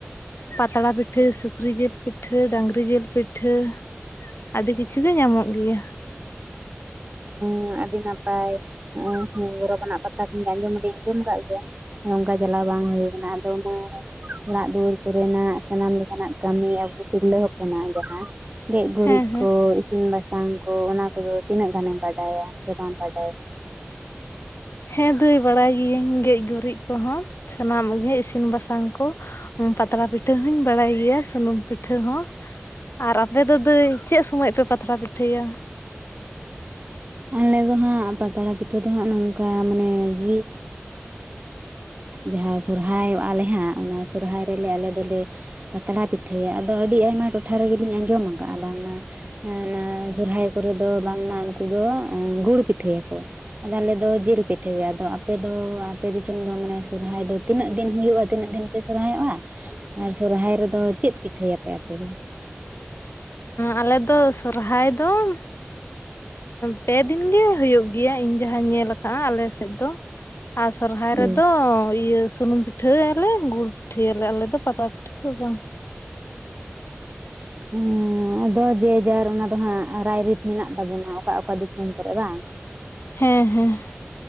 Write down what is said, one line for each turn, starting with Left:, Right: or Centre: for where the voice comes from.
Left: ᱯᱟᱛᱲᱟ ᱯᱤᱴᱷᱟᱹ ᱥᱩᱠᱨᱤ ᱡᱤᱞ ᱯᱤᱴᱷᱟᱹ ᱰᱟᱹᱝᱨᱤ ᱡᱤᱞ ᱯᱤᱴᱷᱟᱹ ᱟᱹᱰᱤ ᱠᱤᱪᱷᱩ ᱜᱮ ᱧᱟᱢᱚᱜ ᱜᱮᱭᱟ ᱾ <inaudible>
Right: ᱦᱮᱸ ᱟᱹᱰᱤ ᱱᱟᱯᱟᱭ ᱱᱚᱜ-ᱚᱭ ᱜᱚᱨᱚᱵᱽ ᱟᱱᱟᱜ ᱯᱟᱛᱟ ᱠᱟᱱ ᱜᱮ ᱟᱸᱡᱚᱢ ᱫᱚᱧ ᱟᱸᱡᱚᱢ ᱟᱠᱟᱫ ᱜᱮᱭᱟ ᱾ ᱚᱱᱠᱟ ᱪᱟᱞᱟᱣ ᱵᱟᱝ ᱦᱩᱭ ᱠᱟᱱᱟ ᱾ ᱟᱫᱚ ᱢᱟᱹᱭ ᱚᱲᱟᱜ ᱫᱩᱣᱟᱹᱨ ᱠᱚᱨᱮᱱᱟᱜ ᱥᱟᱱᱟᱢ ᱞᱮᱠᱟᱱᱟᱜ ᱠᱟᱹᱢᱤ ᱟᱵᱚ ᱛᱤᱨᱞᱟᱹ ᱦᱚᱯᱚᱱᱟᱜ ᱡᱟᱦᱟᱸ ᱜᱮᱡ ᱜᱩᱨᱤᱡ
Left: ᱦᱮᱸ ᱦᱮᱸ
Right: ᱠᱚ ᱤᱥᱤᱱ ᱵᱟᱥᱟᱝ ᱠᱚ ᱚᱱᱟ ᱠᱚᱫᱚ ᱛᱤᱱᱟᱹᱜ ᱜᱟᱱᱮᱢ ᱵᱟᱰᱟᱭᱟ ᱥᱮ ᱵᱟᱢ ᱵᱟᱰᱟᱭᱟ?
Left: ᱦᱮᱸ ᱫᱟᱹᱭ ᱵᱟᱲᱟᱭ ᱜᱤᱭᱟᱹᱧ ᱜᱮᱡ ᱜᱩᱨᱤᱡ ᱠᱚᱦᱚᱸ ᱥᱟᱱᱟᱢ ᱜᱮ ᱤᱥᱤᱱ ᱵᱟᱥᱟᱝ ᱠᱚ ᱾ ᱦᱩᱸ ᱯᱟᱛᱲᱟ ᱯᱤᱴᱷᱟᱹ ᱦᱚᱧ ᱵᱟᱲᱟᱭ ᱜᱮᱭᱟ ᱥᱩᱱᱩᱢ ᱯᱤᱴᱷᱟᱹ ᱦᱚᱸ ᱾ ᱟᱨ ᱟᱯᱮ ᱫᱚ ᱫᱟᱹᱭ ᱪᱮᱫ ᱥᱚᱢᱚᱭ ᱯᱮ ᱯᱟᱛᱲᱟ ᱯᱤᱴᱷᱟᱹᱭᱟ?
Right: ᱟᱞᱮ ᱫᱚ ᱦᱟᱸᱜ ᱯᱟᱛᱲᱟ ᱯᱤᱴᱷᱟᱹ ᱫᱚ ᱦᱟᱸᱜ ᱱᱚᱝᱠᱟ ᱢᱟᱱᱮ ᱡᱤᱞ ᱡᱟᱦᱟᱸ ᱥᱚᱨᱦᱟᱭᱚᱜ ᱟᱞᱮ ᱦᱟᱸᱜ ᱚᱱᱟ ᱥᱚᱨᱦᱟᱭ ᱨᱮᱞᱮ ᱟᱞᱮ ᱫᱚᱞᱮ ᱯᱟᱛᱲᱟ ᱯᱤᱴᱷᱟᱹᱭᱟ ᱾ ᱟᱫᱚ ᱟᱹᱰᱤ ᱟᱭᱢᱟ ᱴᱚᱴᱷᱟ ᱨᱮᱜᱮᱞᱤᱧ ᱟᱸᱡᱚᱢ ᱟᱠᱟᱫ-ᱟ ᱵᱟᱝᱢᱟ ᱚᱱᱟ ᱥᱚᱨᱦᱟᱭ ᱠᱚᱨᱮ ᱫᱚ ᱵᱟᱝᱢᱟ ᱩᱱᱠᱩ ᱫᱚ ᱜᱩᱲ ᱯᱤᱴᱷᱟᱹᱭᱟ ᱠᱚ ᱾ ᱟᱫᱚ ᱟᱞᱮ ᱫᱚ ᱡᱤᱞ ᱯᱤᱴᱷᱟᱹᱭᱟ ᱾ ᱟᱫᱚ ᱟᱯᱮ ᱫᱚ ᱟᱯᱮ ᱫᱤᱥᱚᱢ ᱫᱚ ᱢᱟᱱᱮ ᱥᱚᱨᱦᱟᱭ ᱫᱚ ᱛᱤᱱᱟᱹᱜ ᱫᱤᱱ ᱦᱩᱭᱩᱜ-ᱟ ᱛᱤᱱᱟᱹᱜ ᱫᱤᱱ ᱯᱮ ᱥᱚᱨᱦᱟᱭᱚᱜ-ᱟ ᱟᱨ ᱥᱚᱨᱦᱟᱭ ᱨᱮᱫᱚ ᱪᱮᱫ ᱯᱤᱴᱷᱟᱹᱭᱟ ᱯᱮ ᱟᱯᱮ ᱫᱚ?
Left: ᱟᱞᱮ ᱫᱚ ᱥᱚᱨᱦᱟᱭ ᱫᱚ ᱯᱮ ᱫᱤᱱ ᱜᱤ ᱦᱩᱭᱩᱜ ᱜᱮᱭᱟ ᱤᱧ ᱡᱟᱦᱟᱸᱧ ᱧᱮᱞ ᱟᱠᱟᱫ-ᱟ ᱟᱞᱮ ᱥᱮᱫ ᱫᱚ ᱾ ᱟᱨ ᱥᱚᱨᱦᱟᱭ
Right: ᱦᱩᱸ
Left: ᱨᱮᱫᱚ ᱤᱭᱟᱹ ᱥᱩᱱᱩᱢ ᱯᱤ ᱴᱷᱟᱹᱭᱟᱞᱮ ᱜᱩᱲ ᱯᱤᱴᱷᱟᱹᱭᱟᱞᱮ ᱟᱞᱮ ᱫᱚ ᱯᱟᱛᱲᱟ ᱯᱤᱴᱷᱟᱹ ᱫᱚ ᱵᱟᱝ ᱾
Right: ᱦᱮᱸ ᱾ ᱟᱫᱚ ᱡᱮ ᱡᱟᱨ ᱚᱱᱟ ᱫᱚ ᱦᱟᱸᱜ ᱨᱟᱭ ᱨᱤᱛ ᱢᱮᱱᱟᱜ ᱛᱟᱵᱚᱱᱟ ᱚᱠᱟ ᱚᱠᱟ ᱫᱤᱥᱚᱢ ᱠᱚᱨᱮ ᱵᱟᱝ?
Left: ᱦᱮᱸ ᱦᱮᱸ ᱾